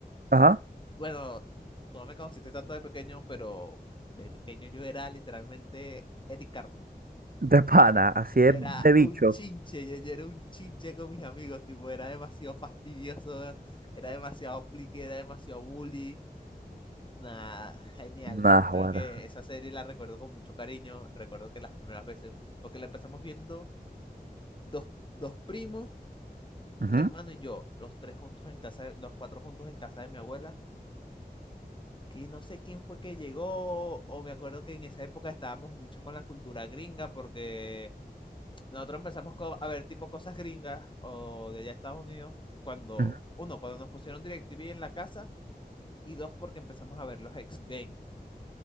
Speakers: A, on the right (about 65°); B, on the left (about 30°).
A: Ajá.
B: bueno, tú no me conociste tanto de pequeño, pero de pequeño yo era literalmente Eric Cartman.
A: De pana, así
B: Yo
A: es
B: era
A: de bicho.
B: un chinche, yo, yo era un chinche con mis amigos, tipo, era demasiado fastidioso, era demasiado plique, era demasiado bully. Nada, genial.
A: Nah,
B: De verdad
A: guara.
B: que esa serie la recuerdo con mucho cariño. Recuerdo que las primeras veces, porque la empezamos viendo dos, dos primos,
A: Ujú,
B: mi hermano y yo, los tres juntos en casa, de- los cuatro juntos en casa de mi abuela, que no sé quién fue que llegó, o me acuerdo que en esa época estábamos mucho con la cultura gringa, porque Nosotros empezamos con a ver tipo cosas gringas o de allá de Estados Unidos cuando,
A: ujú.
B: uno, cuando nos pusieron DirecTV en la casa y dos, porque empezamos a ver los X Games.